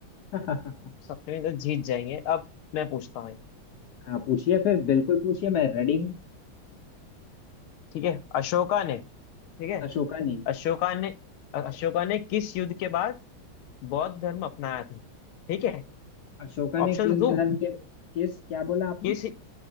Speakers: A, on the left (about 65°); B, on the left (about 80°).
A: <laughs>
B: सत्रह तो जीत जाएंगे अब मैं पूछता हूँ
A: हाँ पूछिए फिर बिल्कुल पूछिए मैं रेडी हूँ
B: ठीक है अशोका ने ठीक है
A: अशोका ने
B: अशोका ने अशोका ने किस युद्ध के बाद बौद्ध धर्म अपनाया था ठीक है
A: अशोका ने
B: ऑप्शन
A: किस
B: दो
A: धर्म के किस क्या बोला आपने
B: किस